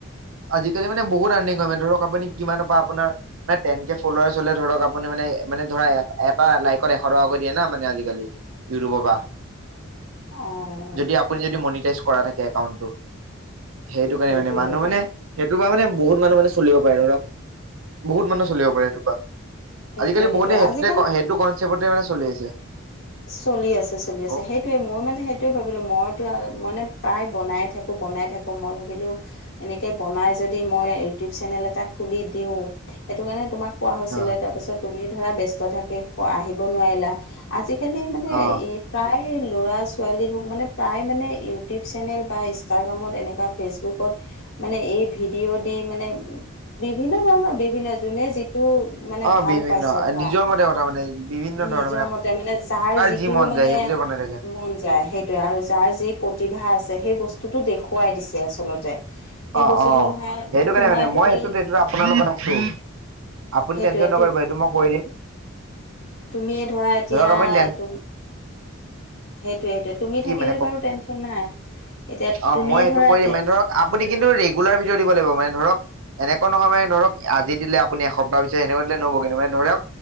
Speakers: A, on the right; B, on the left.
A: আজি। কালি মানে বহুত আৰ্নিং হয় ধৰক আপুনি কিমানৰ পৰা আপোনাৰ মানে টেন কে ফলোৱাৰাৰ্চ হলে ধৰক আপুনি মানে মানে। ধৰা এটা লাইকত এশ টকাকৈ দিয়ে না মানে আজিকালি ইউটিউবৰ পৰা।
B: অঁ
A: যদি আপুনি যদি মনিটাইজ কৰা থাকে একাউণ্টটো। সেইটো কাৰণে
B: সেইটোৱে
A: মানে মানুহ
B: সেইটোৱে
A: মানে সেইটো বা মানে। বহুত মানুহ মানে চলিব পাৰে ধৰক বহুত মানুহ চলিব পাৰে সেইটোৰ পৰা।
B: সেইটোৱে
A: আজিকালি
B: সেইটোৱে
A: বহুতে সেইতে
B: আজিকালি
A: সেইটো কনচেপ্টতে মানে চলি আছে।
B: চলি আছে চলি আছে
A: অ
B: সেইটোৱে মই মানে সেইটোৱে ভাবিলো মইতো মানে। প্ৰায় বনাই থাকোঁ বনাই থাকোঁ মই ভাবিলোঁ এনেকৈ বনাই যদি মই ইউটিউ। চেনেল এটা খুলি দিওঁ সেইটো কাৰণে তোমাক কোৱা হৈছিলে
A: অ
B: তাৰপিছত। তুমি ধৰা ব্যস্ত থাকে আহিব নোৱাৰিলা আজিকালি মানে
A: অ
B: এই প্ৰায়। প্ৰায় ল'ৰা ছোৱালীবোৰ মানে প্ৰায় মানে ইউটিউব চেনেল বা ইনষ্টাগ্ৰামত এনেকুৱা ফেচবুকত। মানে এই ভিডিঅ' দি মানে বিভিন্ন ধৰণৰ বিভিন্ন যোনে। টো মানে
A: অ
B: ভাল
A: বিভিন্ন
B: পাইছে ধৰা
A: নিজৰ মতে কথা মানে বিভিন্ন
B: নিজৰ
A: ধৰণৰ
B: মতে মানে। যাৰ যিটো
A: যি মন
B: মানে
A: যায় সেইটোতে বনাই থাকে
B: মন যায় সেইটোয়ে আৰু যাৰ যি প্ৰতিভা। সেই বস্তুটো দেখুৱাই দিছে আচলতে। সেই
A: অ
B: বস্তুটো
A: অ
B: ধৰা
A: সেইটো
B: তোমাৰ
A: কাৰণে মানে
B: তুমি
A: মই সেইটোত সিটোত আপোনাৰ লগত আছোঁ। আপুনি
B: সেইটোৱে
A: টেনচন
B: তু
A: নকৰিব এইটো মই কৰি দিম।
B: তুমিয়ে ধৰা এতিয়া।
A: ধৰক আপুনি টেন
B: সেইটোৱে সেইটোে তুমি
A: কি
B: থাকিলে
A: মানে কওক
B: বাৰু টেনচন নাই এতিয়া
A: অ
B: তুমিয়ে
A: মই সেইটো
B: ধৰা
A: কৰি
B: এতিয়া।
A: দিম মানে ধৰক আপুনি কিন্তু ৰেগুলাৰ ভিডিঅ' দিব লাগিব মানে ধৰক এনেকুৱা নহয় মানে ধৰক আজি দিলে। আপুনি এসপ্তাহ পিছ এনেকৈ দিলে নহব কিন্তু মানে ধৰক